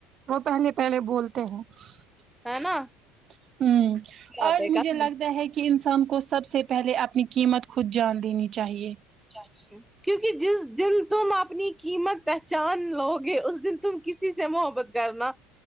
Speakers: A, on the right; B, in the centre.
A: وہ پہلے پہلے بولتے ہمم
B: ہے نا بات
A: آج
B: ہے
A: مجھے
B: کافی
A: لگتا ہے کہ کی انسان کو سب سے پہلے اپنی قیمت خود جان دینی چاہیے
B: چاہیے کیونکہ جس دن تم اپنی قیمت پہچان لو گے اس دن تم کسی سے محبت کرنا